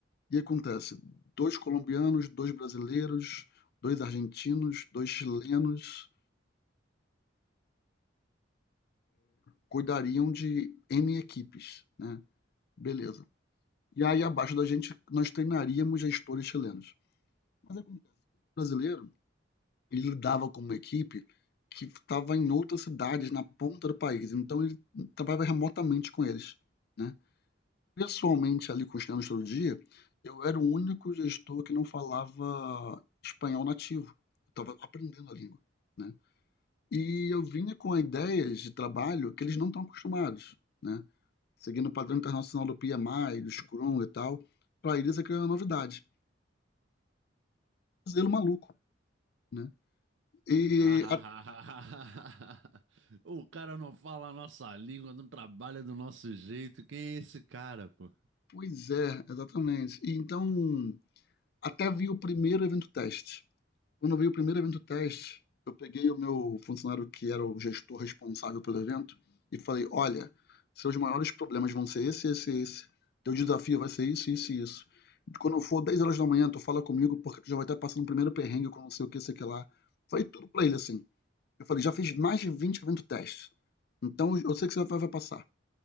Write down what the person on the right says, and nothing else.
<laughs>
O cara não fala a nossa língua, não trabalha do nosso jeito. Quem é esse cara, pô?